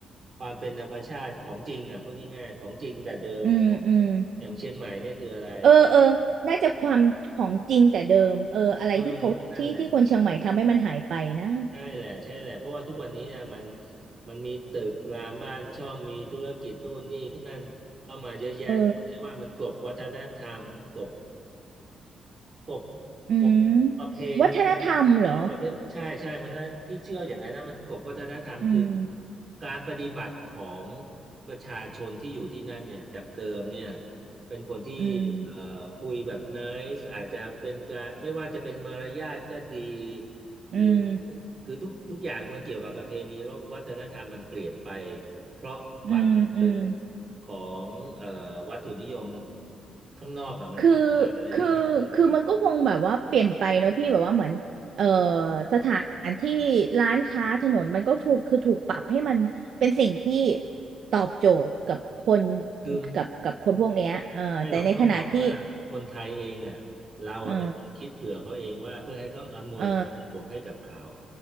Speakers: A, on the right; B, on the right.
A: ความเป็นธรรมชาติของจริงอ่ะพูดง่ายๆของจริงแต่เดิมของ
B: อืมอืม
A: อย่างเชียงใหม่เนี่ยคืออะไร
B: เออเออน่าจะความของจริงแต่เดิมเอออะไรที่เขาที่ที่คนเชียงใหม่ทำให้มันหายไปนะ
A: เออก็นั่นแหละใช่แหละใช่แหละเพราะว่าทุกวันนี้นะมันมันมีตึกรามบ้านช่องมีธุรกิจนู่นนี่ขึ้นนั่นเข้ามาเยอะแยะจนเรียกว่ามันกลบวัฒนธรรมกลบ
B: เออ
A: กบ
B: อืม
A: กบประเพณี
B: วัฒนธรรมเหรอ
A: เออประเพใช่ใช่มันนะพี่เชื่ออย่างนั้นนะมันกบวัฒนธรรมคือ
B: อืม
A: การปฏิบัติของประชาชนที่อยู่ที่นั่นเนี่ยจากเดิมเนี่ยเป็นคนที่เอ่อคุยแบบไนซ์อาจจะเป็นการไม่ว่าจะเป็นมารยาทก็ดี
B: อืม
A: หรือ
B: อืม
A: คือทุกทุกอย่างมันเกี่ยวกับประเพณีว่าวัฒนธรรมมันเปลี่ยนไปเพราะความเจริญ
B: อืมอืม
A: ของเอ่อวัตถุนิยมข้างนอกอ่ะมันเข้ามามันเลยทำให้คนติด
B: คือคือคือมันก็คงแบบว่าเปลี่ยนไปเนอะพี่แบบว่าเหมือนเอ่อสถานที่ร้านค้าถนนมันก็ถูกคือถูกปรับให้มันเป็นสิ่งที่ตอบโจทย์กับคน
A: คือ
B: กับกับคนพวกเนี้ยเออแต่ในขณะที่
A: ไม่หรอกต้องบอกว่าคนไทยเองอ่ะเราอ่ะเป็นคนคิดเผื่อเขาเองว่าเพื่อให้เขาอำนวยความสะดวกให้กับเขา
B: เออเออ